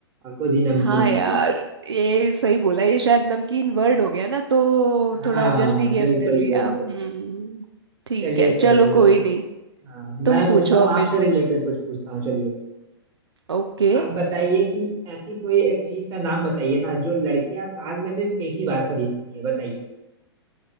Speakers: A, on the right; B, on the right.
A: और खुद ही नमकीन
B: हाँ
A: होती
B: यार
A: है
B: ये सही बोला ये शायद नमकीन वर्ड हो गया ना तो थोड़ा
A: हाँ
B: जल्दी गेस
A: बिल्कुल
B: कर लिया
A: बिल्कुल
B: हम्म ठीक
A: चलिए
B: है चलो
A: फिर
B: कोई नहीं
A: हाँ, मैं
B: तुम पूछो
A: पूछता हूँ
B: अब मेरे
A: आपसे
B: से
A: रिलेटेड कुछ पूछता हूँ चलिए
B: ओके
A: आप बताइए कि ऐसी कोई एक चीज का नाम बताइए ना जो लड़कियां साल में सिर्फ एक ही बार खरीदती है बताइए